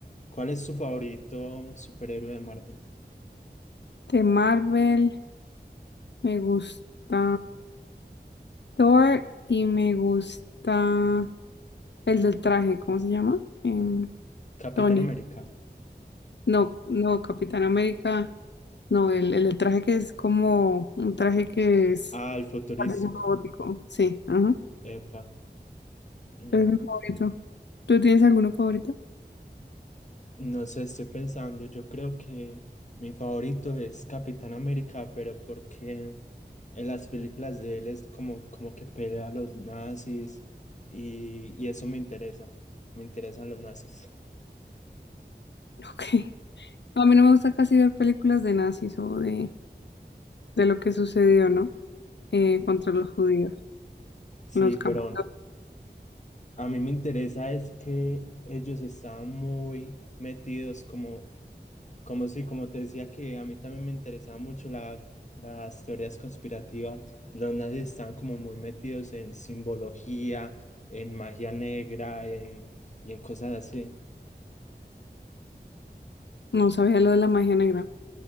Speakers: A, on the left; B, on the left.
A: cuál es tu favorito superhéroe de Marvel?
B: de Marvel, me gusta Thor y me gusta el del traje, ¿cómo se llama? Em,
A: Capitán
B: Tony.
A: América.
B: No, no, Capitán América. No, el, el del traje que es como un traje que es
A: Ah, el futurístico.
B: parece un robótico. Sí, ajá.
A: Epa. Mm.
B: Es mi favorito. ¿Tú tienes alguno favorito? <laughs>
A: No sé, estoy pensando, yo creo que mi favorito es Capitán América, pero porque en las películas de él es como, como que pelea a los nazis y, y eso me interesa, me interesan los nazis.
B: Ok. No, A mí no me gusta casi ver películas de nazis o de, de lo que sucedió, ¿no? Eh, contra los judíos
A: Sí,
B: en los
A: pero
B: campos.
A: a mí me interesa es que ellos estaban muy metidos como Como sí, como te decía que a mí también me interesaba mucho la, las teorías conspirativas. Los nazis estaban como muy metidos en simbología, en magia negra, en, y en cosas así.
B: No sabía lo de la magia negra.